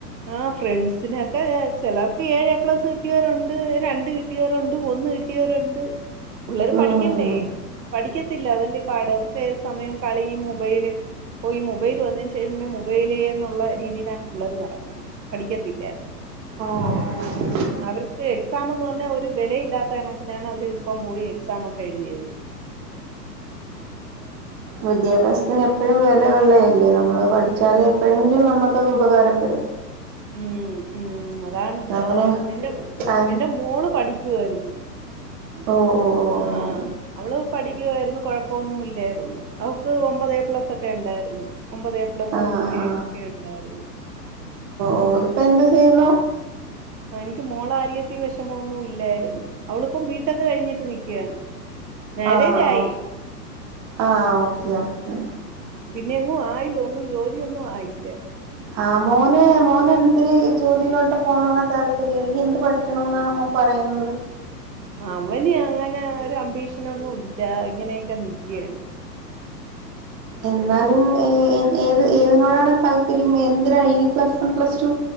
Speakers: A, on the right; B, on the right.
A: ആ ഫ്രണ്ട്സിനെയൊക്കെ ചെലർക്ക് ഏഴ് എ പ്ലസ് കിട്ടിയവരൊണ്ട് രണ്ട് കിട്ടിയവരൊണ്ട് ഒന്ന് കിട്ടിയവരൊണ്ട് പിള്ളേർ പഠിയ്ക്കണ്ടേ
B: ഉം
A: പഠിക്കത്തില്ല അതല്ല ഇ പാട് അവർക്ക് ഏത് സമയോം കളിയും മൊബൈല് പ്പോ ഈ മൊബൈല് വന്നതിന് <unintelligible> പിന്നെ മൊബൈലേന്നുള്ള രീതിയിലാണ് പിള്ളേർ നട പഠിക്കത്തില്ല
B: ഓഹ് ഓഹ്
A: അവർക്ക് എക്സാമെന്ന് പറഞ്ഞ ഒരു വെലയില്ലാത്തണക്കിനാണ് അവര് ഇപ്പം പോയി എക്സാമൊക്കെ എഴുതിയത്
B: വിദ്യാഭാസ ഞ്ഞ് എപ്പഴും വെല ഒള്ളേല്ലേ നമ്മള് പഠിച്ചാല് എപ്പഴെങ്കിലും നമ്മക്കത് ഉപകാരപ്പെടും
A: ഉം ഉം അ താണ്
B: അങ്ങനെ
A: എന്റെം
B: ആഹ്
A: മ എന്റെ മോള് പഠി ക്കുവാരുന്ന്
B: ഓ ഓ ഓ ഓ
A: ആ അവള് പഠിക്കുവായിരുന്നു കൊഴപ്പൊന്നും ഇല്ലാരുന്നു അവക്ക് ഒമ്പതേപ്ലസൊക്കെണ്ടായിരുന്ന് ഒമ്പതേപ്ലസും
B: ആഹ് ആഹ്
A: ഏയും ഒക്കെണ്ടായിര്ന്നു
B: ഓല്പ്പ എന്ത് ചെയ്യുന്നു
A: ആ എനിക്ക് മോളാരിയത്തിൽ വെഷമൊന്നും ഇല്ലായിര്ന്നു. അവള്പ്പം ബീ ടെക്ക് കഴിഞ്ഞിട്ട് നിക്കയാണ് മേര്യേജായി
B: ആഹ് ഓക്കെ ഓക്കെ
A: പിന്നെ എങ്ങും ആയില്ല ഒന്നും ജോലിയൊന്നും ആയില്ല
B: ആ മോന് മോന് എന്ത് ജോലിയിലോട്ട് പോവാന താല്പര്യം എനി എന്ത് പഠിക്കണംന്നാണ് മോൻ പറയുന്നത്
A: ആ അവന് അങ്ങനെ ഒരു അമ്പീഷനൊന്നുല്ല ഇങ്ങനെയൊക്കെ നിക്കയായി
B: എന്നാലും ഏ ഏത് ഏതിനോടാണ് താല്പര്യം എന്തിനാണ് ഈ പ്ലസ് വൺ പ്ലസ് ടു